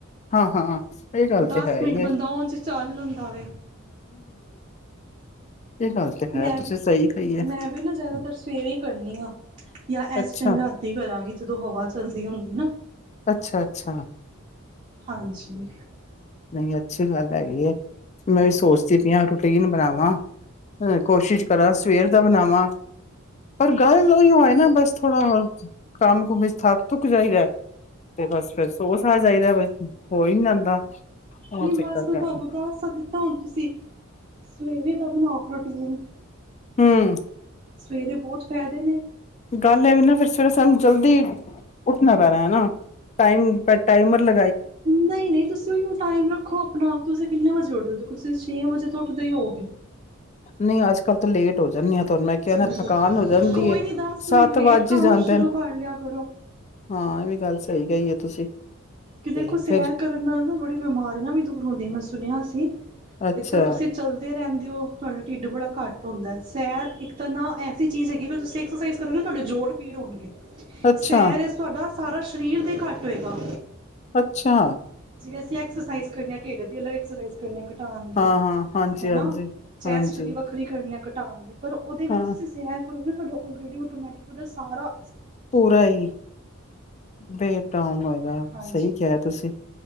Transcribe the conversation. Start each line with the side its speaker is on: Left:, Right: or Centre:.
Left: ਹਾਂ ਹਾਂ ਇਹਹੀ ਗੱਲ
Right: ਦਸ
Left: ਤਾਂ ਹੈ
Right: ਮਿੰਟ
Left: ਹੀ ਹੈ
Right: ਬੰਦਾ ਉਨ ਚ ਚੱਲ ਲੈਂਦਾ ਵੇ
Left: ਇਹ ਗੱਲ ਤੇ ਹੈ
Right: ਮੈਂ
Left: ਤੁਸੀਂ
Right: ਵੀ
Left: ਸਹੀ ਕਹੀਏ
Right: ਮੈਂ ਵੀ ਨਾ ਜ਼ਿਆਦਾਤਰ ਸਵੇਰੇ ਹੀ ਕਰਨੀ ਹਾਂ ਜਾਂ
Left: ਅੱਛਾ
Right: ਇਸ ਟਾਈਮ ਰਾਤੀ ਕਰਾਂਗੀ ਜਦੋਂ ਹਵਾ ਚੱਲਦੀ ਹੁੰਦੀ ਨਾ
Left: ਅੱਛਾ ਅੱਛਾ
Right: ਹਾਂਜੀ
Left: ਨਹੀਂ ਅੱਛੀ ਗੱਲ ਹੈਗੀ ਹੈ ਮੈਂ ਵੀ ਸੋਚਦੀ ਪਹੀ ਹ ਰੂਟੀਨ ਬਣਾਵਾਂ ਕੋਸ਼ਿਸ਼ ਕਰਾਂ ਸਵੇਰ ਦਾ ਬਣਾਵਾਂ ਪਰ ਗੱਲ ਉਓਹੀ ਹੋਏ ਨਾ ਬਸ ਥੋੜਾ ਕੰਮ ਕੁਮ ਵਿੱਚ ਥੱਕ ਥੁੱਕ ਜਾਈਦਾ ਤੇ ਬਸ ਫਰ ਸੋਸ ਆ ਜਾਈਦਾ ਬਸ ਹੋ ਹੀ ਨੀ ਜਾਂਦਾ ਉਹ
Right: ਨਹੀਂ
Left: ਚੱਕਰ
Right: ਬਸ ਮੈਂ
Left: ਪੈਂਦਾ
Right: ਤੁਹਾਨੂੰ ਦੱਸ ਦਿੱਤਾ ਹੁਣ ਤੁਸੀਂ ਸਵੇਰੇ <unintelligible> ਨਾ
Left: ਹੂੰ
Right: ਸਵੇਰੇ ਬਹੁਤ ਫਾਇਦੇ ਨੇ
Left: ਗੱਲ ਇਹ ਵੀ ਨਾ ਫਿਰ ਸਵੇਰੇ ਸਾਨੂੰ ਜਲਦੀ ਉੱਠਣਾ ਪੈ ਰਿਹਾ ਹੈ ਨਾ ਟਮ ਟਾਈਮਰ ਲ
Right: ਨਹੀਂ ਨਹੀਂ ਤੁਸੀਂ ਉ ਟਾਈਮ ਰੱਖੋ ਆਪਣਾ ਆਪ ਤੁਸੀਂ ਕਿੰਨੇ ਵਜੇ ਜੋੜਦੇ ਤੁਸੀਂ ਛੇ ਵਜੇ ਤੋਂ ਉੱਠਦੇ ਹੀ ਹੋ
Left: ਨਹੀਂ ਅੱਜ ਕੱਲ ਤਾਂ ਲੇਟ ਹੋ ਜਾਂਦੇ ਆ ਤੁਹਾਨੂੰ ਮੈਂ ਕਿਹਾ
Right: ਸਵੇਰ
Left: ਥਕਾਨ
Right: ਤੋਂ
Left: ਹੋ ਜਾਂਦੀ
Right: ਕੋਈ ਨਹੀਂ
Left: ਸੱਤ
Right: ਮਿੰਟ ਲੇਟ
Left: ਵੱਜ ਹੀ
Right: ਕੰਮ
Left: ਜਾਂਦੇ
Right: ਸ਼ੁਰੂ
Left: ਨੇ
Right: ਕਰ ਲਿਆ ਕਰੋ
Left: ਹਾਂ ਇਹ ਵੀ ਗੱਲ ਸਹੀ <unintelligible> ਤੁਸੀਂ
Right: ਕਿ ਦੇਖੋ
Left: ਤੇ
Right: ਸੈਰ
Left: ਫੇਰ
Right: ਕਰਨ ਨਾਲ ਨਾ ਬੜੀ ਬਿਮਾਰੀਆਂ ਵੀ ਦੂਰ ਹੁੰਦੀਆਂ ਮ ਸੁਣਿਆ ਸੀ
Left: ਅੱਛਾ
Right: ਇੱਕ ਤਾਂ ਤੁਸੀਂ ਚਲਦੇ ਰਹਿੰਦੇ ਅਤੇ ਉਹ ਤੁਹਾਡਾ ਢਿੱਡ ਬੜਾ ਘੱਟ ਹੁੰਦਾ ਸੈਰ ਇੱਕ ਤਾਂ ਨਾ ਐਸੀ ਚੀਜ਼ ਹੈਗੀ ਅਗਰ ਤੁਸੀਂ ਐਕਸਰਸਾਈਜ਼ ਕਰੋਗੇ ਤੁਹਾਡੇ ਜੋੜ ਪੀੜ ਹੋਣਗੇ
Left: ਅੱਛਾ
Right: ਸਰ ਤੁਹਾਡਾ ਸਾਰਾ ਸਰੀਰ ਦੇ ਘੱਟ ਹੋਏਗਾ
Left: ਅੱਛਾ
Right: ਜਿਵੇ ਅਸੀਂਕਸਰਸਾਈਜ਼ ਕਰਨ ਹਾਂ ਢਿੱਡ ਅੱ ਐਸਜ਼ ਕਰਾਂ ਟ ਦੀ
Left: ਹਾਂ-ਹਾਂ, ਹਾਂਜੀ-ਹਾਂਜੀ,
Right: ਹਨਾ ਚੈਸਟ
Left: ਹਾਂਜੀ,
Right: ਦੀ
Left: ਹਾਂਜੀ
Right: ਵੱਖਰੀ ਕਰਨ ਆ ਕ <unintelligible> ਪਰ ਉਹਦੇ
Left: ਹਾਂਜੀ
Right: ਵਿੱਚ ਤੁਸੀਂ
Left: ਹਾਂ
Right: ਸੈਰ ਕਰੋ ਤੁਹਾਡਾ ਲਰੇਡੀ ਆਟੋਮੈਟਿਕ ਤੁਹਾਡਾਾਰਾ
Left: ਪੂਰਾ ਹੀ ਵੇਟ ਡਾਨ ਹੋਏਗਾ
Right: ਹਾਂਜੀ
Left: ਸਹੀ ਕਿਹਾ ਤੁਸੀਂ